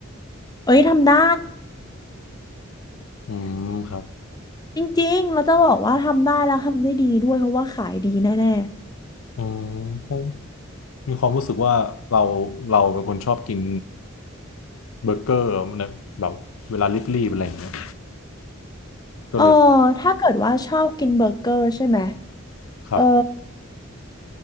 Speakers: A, on the left (about 20°); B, on the left (about 75°).
A: เอ้ยทำได้
B: อืมครับ
A: จริงๆเราจะบอกว่าทำได้แล้วทำได้ดีด้วยเพราะว่าขายดีแน่
B: อืมผมมีความรู้สึกว่าเราเราเป็นคนชอบกินเบอร์เกอร์นะแบบเวลารีบๆอะไรอย่างเงี้ยก็เลย
A: เออถ้าเกิดว่าชอบกินเบอร์เกอร์ใช่ไหม
B: ครับ
A: เออ